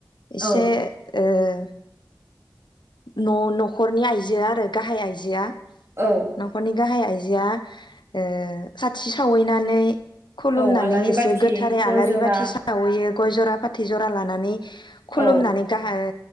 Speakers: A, on the left (about 85°); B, on the right (about 35°).
A: एसे
B: औ
A: ओ <inaudible> न' न'खरनि आइजोआ आरो गाहाय आइजोआ
B: औ
A: न'खरनि गाहाय आइजो बिया ओ साथि सावैनानै खुलुमनानै
B: औ आलारि
A: एसे
B: बाथि
A: गोथारै
B: गय
A: आलारि
B: जरा
A: बाथि सावैयो गय जरा फाथै जरा लानानै
B: औ
A: खुलुमनानै गाहरो।